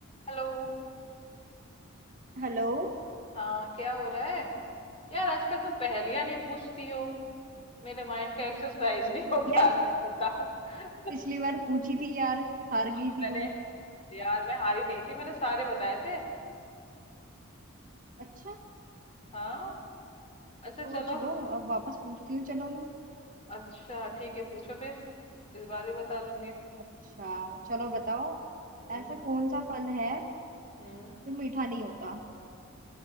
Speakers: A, on the left; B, on the right.
A: Hello
B: Hello
A: हाँ क्या हो रहा है यार आजकल तुम पहेलियां नहीं पूछती हो मेरे माइंड का एक्सरसाइज नहीं हो पा
B: यार
A: रहा है बताओ <laughs>
B: पिछली बार पूछी थी यार हार गई
A: हाँ तो
B: थी
A: मैंने
B: तुम
A: यार मैं हारी नहीं थी मैंने सारे बताए थे
B: अच्छा
A: हाँ अच्छा
B: सोच
A: चलो
B: लो अब वापस पूछती हूँ चलो मैं
A: अच्छा ठीक है पूछो फिर इस बार भी बता लूंगी
B: अच्छा चलो बताओ
A: हम्म
B: ऐसा कौन सा फल है
A: हम्म
B: जो मीठा नहीं होता